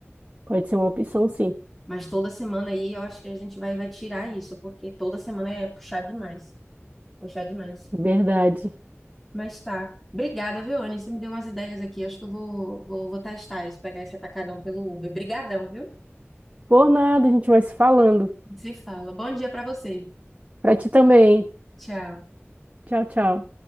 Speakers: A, on the right; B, in the centre.
A: pode ser uma opção, sim.
B: Mas toda semana aí eu acho que a gente vai, vai tirar isso, porque toda semana é puxar demais. Puxar demais.
A: Verdade.
B: Mas tá. Obrigada, viu, Anny? Você me deu umas ideias aqui. Acho que eu vou, vou, vou testar isso, pegar esse atacadão pelo Uber. Obrigadão, viu?
A: Por nada, a gente vai se falando.
B: Se fala. Bom dia pra você.
A: Pra ti também.
B: Tchau.
A: Tchau, tchau.